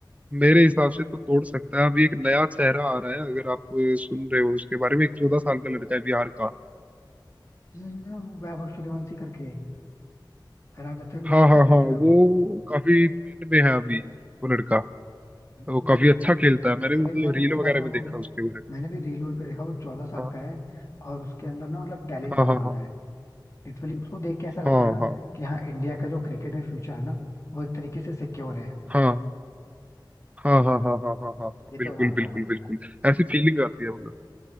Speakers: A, on the right; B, on the left.
A: मेरे हिसाब से तो तोड़ सकता है अभी एक नया चेहरा आ रहा है अगर आप सुन रहे हो उसके बारे में एक चौदह साल का लड़का है बिहार का
B: हम्म, वो वैभव सूर्यवंशी करके राजस्थान रॉयल्स
A: हाँ हाँ
B: से खेलता
A: हाँ
B: है वो
A: वो काफी ट्रेंड में है अभी वो लड़का
B: मैंने
A: वो काफी अच्छा खेलता है मैंने भी
B: अरे
A: मतलब
B: मैंने
A: रील
B: देखा
A: वगैरह
B: था
A: में
B: वो
A: देखा उसके बारे में
B: मैंने भी रील पे देखा वो चौदह साल
A: हाँ
B: का है और उसके अंदर ना मतलब टैलेंट
A: हाँ
B: बहुत
A: हाँ
B: ज्यादा है लिटरली उसको देख के ऐसा लगता
A: हाँ
B: है ना
A: हाँ
B: कि हाँ इंडिया का जो क्रिकेट में फ्यूचर है ना वो एक तरीके से सिक्योर है
A: हाँ हाँ हाँ हाँ हाँ हाँ हाँ हाँ हाँ,
B: ये तो
A: बिल्कुल
B: मैं मानता
A: बिल्कुल
B: हूँ भाई
A: बिल्कुल ऐसी फीलिंग आती है मतलब